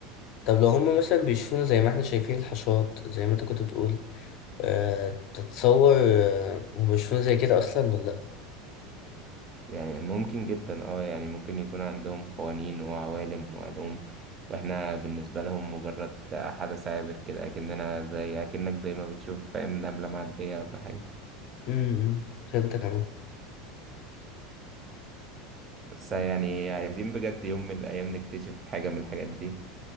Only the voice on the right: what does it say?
يعني ممكن جدا اه يعني ممكن يكون عندهم قوانين وعوالم وعلوم واحنا بالنسبة لهم مجرد حدث عابر كده أكننا زي أكنك زي ما بتشوف فاهم نملة معدية ولا حاجة
بس يعني عايزين بجد يوم من الأيام نكتشف حاجة من الحاجات دي